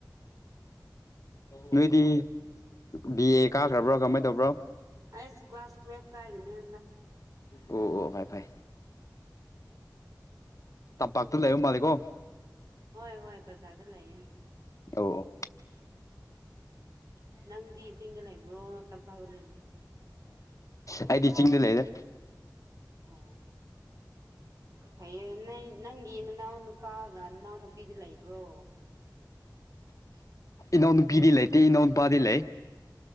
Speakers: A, on the left; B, on the right.
A: ꯅꯣꯏꯗꯤ ꯕꯤ ꯑꯦ ꯀꯥꯈ꯭ꯔꯕ꯭ꯔꯣ ꯀꯃꯥꯏꯅ ꯇꯧꯕ꯭ꯔꯣ
B: ꯑ ꯀ꯭ꯂꯥꯁ ꯇ꯭ꯋꯦꯜꯐ ꯀꯔꯅꯤꯦ
A: ꯑꯣ ꯑꯣ ꯐꯥꯏ ꯐꯥꯏ ꯇꯞꯄꯥꯛꯇ ꯂꯩꯕ ꯃꯥꯂꯦꯀꯣ
B: ꯍꯣꯏ ꯍꯣꯏ ꯕꯖꯥꯔꯗ ꯂꯩꯌꯦ
A: ꯑꯣ
B: ꯅꯪꯗꯤ ꯆꯤꯡꯗ ꯂꯩꯕ꯭ꯔꯣ ꯇꯝꯄꯥꯛꯇ ꯂꯩꯕ꯭ꯔꯣ
A: ꯑꯩꯗꯤ ꯆꯤꯡꯗ ꯂꯩꯗ
B: ꯑꯣ ꯐꯩꯟꯅ ꯅꯪꯒꯤ ꯅꯅꯥꯎ ꯅꯨꯄꯥꯒ ꯅꯅꯥꯎ ꯅꯨꯄꯤꯗꯤ ꯂꯩꯕ꯭ꯔꯣ
A: ꯏꯅꯥꯧꯅ ꯄꯤꯗꯤ ꯂꯩꯇꯦ ꯏꯅꯥꯎꯅꯄꯥꯗꯤ ꯂꯩ